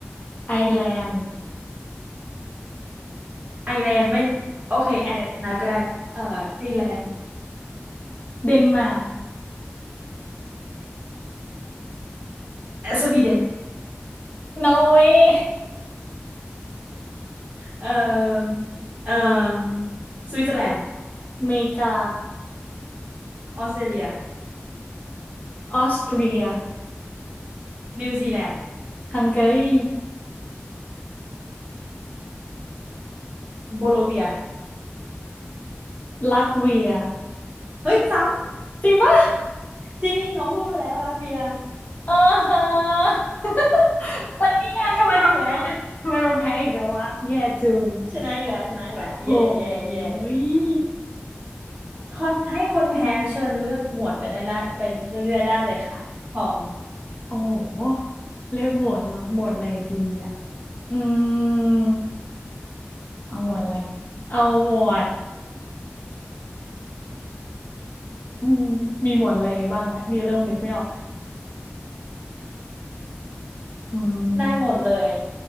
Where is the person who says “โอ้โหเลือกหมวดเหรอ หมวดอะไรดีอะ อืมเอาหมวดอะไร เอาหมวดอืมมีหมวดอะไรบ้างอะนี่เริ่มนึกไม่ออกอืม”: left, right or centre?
Left